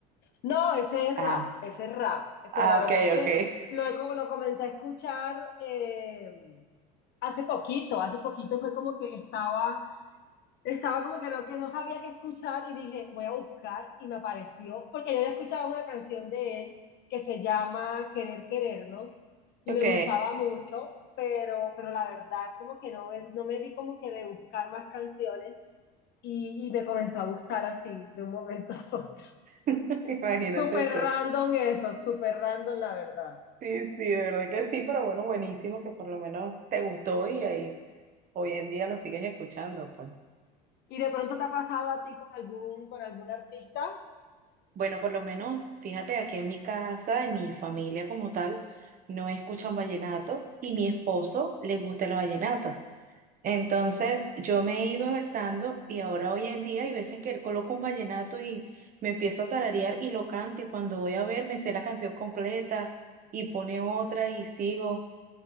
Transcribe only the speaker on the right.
Ah,
ah,
ok,
ok.
<laughs> Ok,
<laughs> imagínate
tú.
Sí, sí, de verdad que sí, pero bueno, buenísimo que por lo menos te gustó y ahí hoy en día lo sigues escuchando, pues.
Bueno, por lo menos, fíjate, aquí en mi casa, en mi familia como tal, no escuchan vallenato y mi esposo le gusta el vallenato. Entonces, yo me he ido adaptando y ahora hoy en día hay veces que él coloca un vallenato y me empiezo a tararear y lo canto y cuando voy a ver me sé la canción completa y pone otra y sigo.